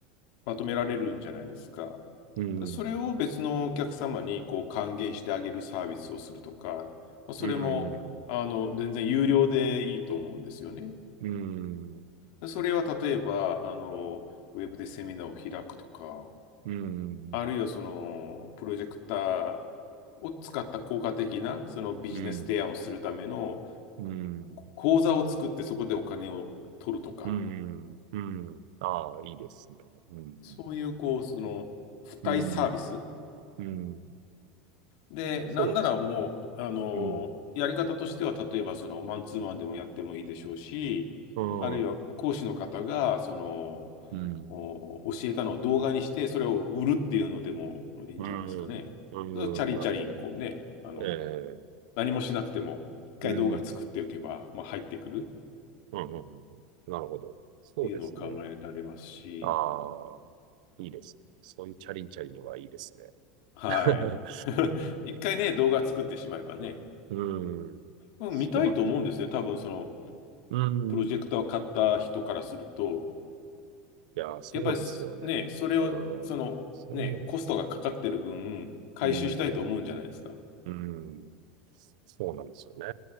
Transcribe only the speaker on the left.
まとめられるんじゃないですか。
だそれを別のお客様に、こう、還元してあげるサービスをするとか、まあ、それも、
あの、全然有料でいいと思うんですよね。
でそれは、例えば、あの、ウェブでセミナーを開くとか、
あるいは、
その、プロジェクターを使った効果的な、そのビジネス提案をするための、
口座を作ってそこでお金を取るとか、
そういう、こう、その、付帯サービス
で、
なんならもう、あの、
やり方としては、例えば、その、マンツーマンでもやってもいいでしょうし、
あるいは講師の方が、その、
お教えたのを動画にして、それを売るっていうのでもいいんじゃないですかね。
それはチャリンチャリン、
こうね、あの、
何もしなくても、一回動画作っておけば、
まあ、入ってくる
っていうのを考えられますし、
はい。
<laughs> 一回ね、動画作ってしまえばね、
うん、
見たいと思うんですね。多分その、
プロジェクターを買った人からすると、
やっぱりすね、
それを、その、
ね、コストがかかってる分、回収したいと思うんじゃないですか。